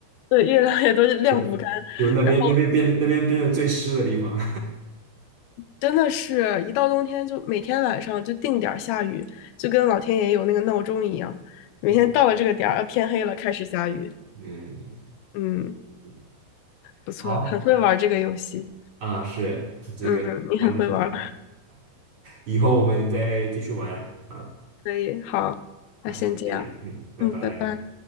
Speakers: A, on the left; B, on the right.
A: 对，越晾越多就晾不干。
B: 就就那边那边变那边变得最湿的地方。
A: 然后真的是一到冬天，就每天晚上就定点儿下雨，就跟老天爷有那个闹钟一样，每天到了这个点儿，
B: <laughs>
A: 啊天黑了开始下雨。
B: 嗯
A: 嗯，
B: 嗯，
A: 不错，
B: 好
A: 很会玩儿这个游戏。
B: 啊，是这个玩的挺开心，
A: 嗯，你很会玩儿，
B: <laughs> 以后我们再继续玩啊，
A: 可以，好，
B: 那先这样，
A: 那先这样。
B: 嗯，拜拜。
A: 嗯，拜拜。